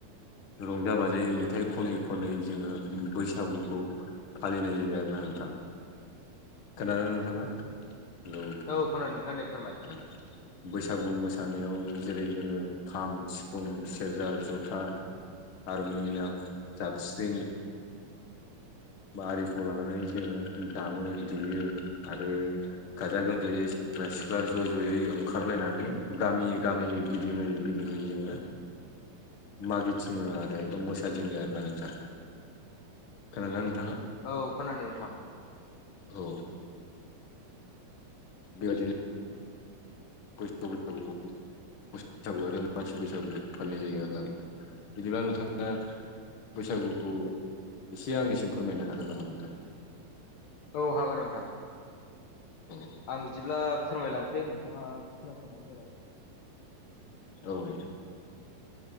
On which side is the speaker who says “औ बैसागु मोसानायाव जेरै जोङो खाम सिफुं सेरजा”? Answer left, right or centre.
Left